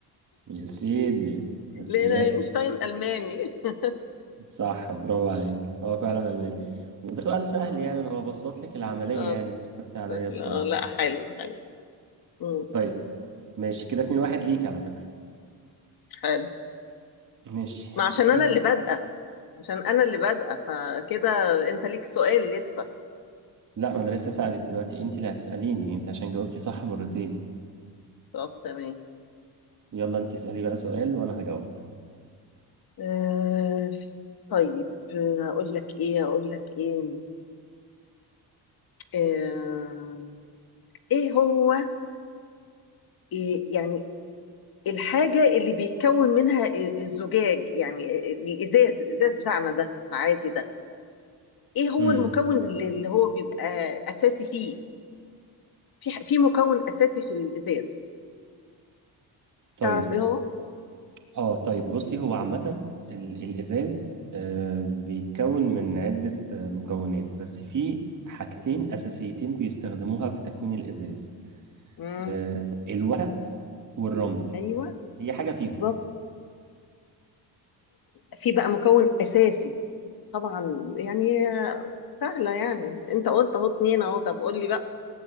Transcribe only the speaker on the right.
يا سيدي يا سلام
صح برافو عليك هو فعلا الماني
وده سؤال سهل
يعني انا ببسط لك العمليه
يعني صعبت عليا
بصراحه
طيب ماشي كده 2 واحد ليك على فكره
ماشي
اسالي
لا ما انا لسه سألك دلوقتي انت اللي هتسأليني انت عشان جاوبتي صح مرتين
يلا انت اسألي بقى سؤال وانا هجاوب
امم
طيب
اه طيب بصي هو عامة ال- الازاز آه بيتكون من عدة آه، مكونات بس في حاجتين اساسيتين بيستخدموها في تكوين الازاز
آه الورق والرمل
هي حاجة فيهم